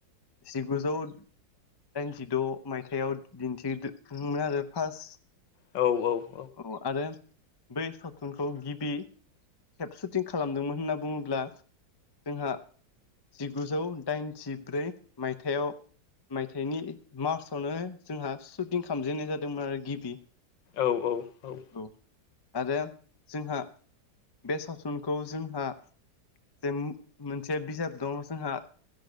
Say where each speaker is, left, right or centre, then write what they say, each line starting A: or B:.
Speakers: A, on the left; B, on the left.
A: सिगुजौ दाइनजिद' मायथाइाव दिन्थिमोन आरो फार्स्ट
B: औ औ।
A: औ आरो बै सावथुनखौ गिबि खेप सुटिं खालामदोंमोन होनना बुङोब्ला जोंहा जिगुजौ दाइनजिब्रै मायथाइयाव। मायथाइनि मार्चआवनो जोंहा सुटिं खालामामजेननाय जादोंमोन आरो गिबि
B: औ औ औ।
A: औ आरो जोंहा बे सावथुनखौ जोंहा जे मोनसे बिजाब दं जोंहा